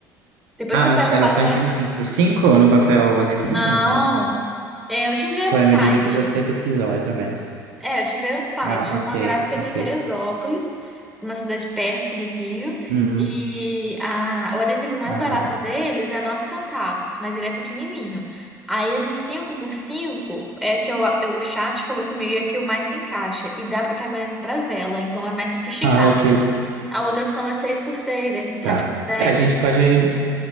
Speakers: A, in the centre; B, on the right.
A: Depois
B: Ah,
A: você
B: mas
A: pega
B: ela
A: uma
B: só
A: ré.
B: imprime cinco por 5 no papel adesivo?
A: Não!
B: Não.
A: É, eu te enviei um
B: Foi
A: site.
B: a medida que você pesquisou, mais ou menos.
A: É, eu tive aí o site,
B: Ah,
A: é uma
B: ok,
A: gráfica
B: ok.
A: de Teresópolis, uma cidade perto do Rio,
B: Hum,
A: e a, o adesivo mais
B: aham.
A: barato deles é 9 centavos, mas ele é pequenininho. Aí as de 5 por 5. é que eu, eu- o chat falou comigo é que o mais se encaixa e dá protagonismo pra vela, então é mais sofisticado.
B: Ah, ok.
A: A outra opção é 6 por 6, aí tem 7
B: Tá.
A: por 7.
B: É, a gente pode.